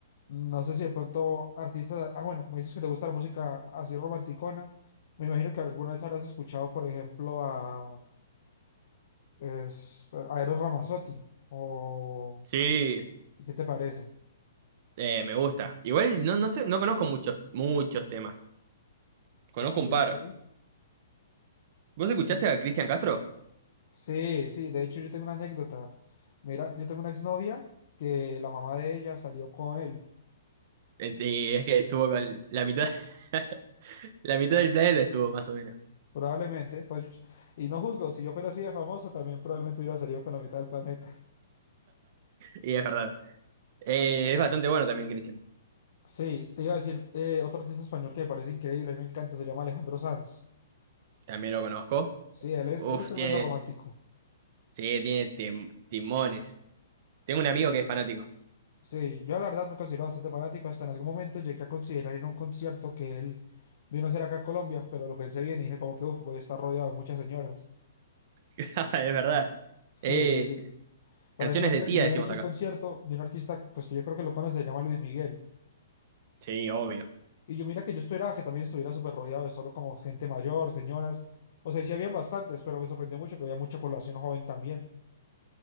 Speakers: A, on the left; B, on the right.
A: No sé si de pronto artistas. Ah, bueno, me dices que te gusta la música así romanticona. Me imagino que alguna vez habrás escuchado, por ejemplo, a, es, a Eros Ramazzotti. O,
B: Sí,
A: ¿y ¿qué te parece?
B: eh, me gusta. Igual no, no sé, no conozco muchos, muchos temas. Conozco
A: Ok,
B: un par.
A: ok.
B: ¿Vos escuchaste
A: No sé.
B: a Cristian Castro?
A: Sí, sí, de hecho yo tengo una anécdota. Mira, yo tengo una exnovia que la mamá de ella salió con él.
B: Eh, Y es que estuvo con la mitad, <laughs> la mitad del planeta estuvo más o menos.
A: Probablemente, pues, y no juzgo, si yo fuera así de famoso, también probablemente hubiera salido con la mitad del planeta.
B: Y es verdad. Eh, es bastante bueno también Cristian.
A: Sí, te iba a decir eh, otro artista español que me parece increíble y me encanta, se llama Alejandro Sanz.
B: También lo conozco.
A: Sí, él es,
B: Uf,
A: él es tremendo
B: tiene,
A: romántico.
B: sí, tiene tim- timones. Tengo un amigo que es fanático.
A: Sí, yo la verdad me considero bastante fanático, hasta en algún momento llegué a considerar ir a un concierto que él vino a hacer acá a Colombia, pero lo pensé bien y dije como que uf, voy a estar rodeado de muchas señoras.
B: <laughs> Es verdad.
A: Sí,
B: Eh,
A: sí, sí. Por
B: canciones
A: ejemplo, mira
B: de tía
A: que yo
B: decimos
A: una vez fui
B: acá.
A: a un concierto de un artista, pues que yo creo que lo conoce, se llama Luis Miguel.
B: Sí, obvio.
A: Y yo mira que yo esperaba que también estuviera súper rodeado de solo como gente mayor, señoras. O sea, sí habían bastantes, pero me sorprendió mucho que había mucha población joven también.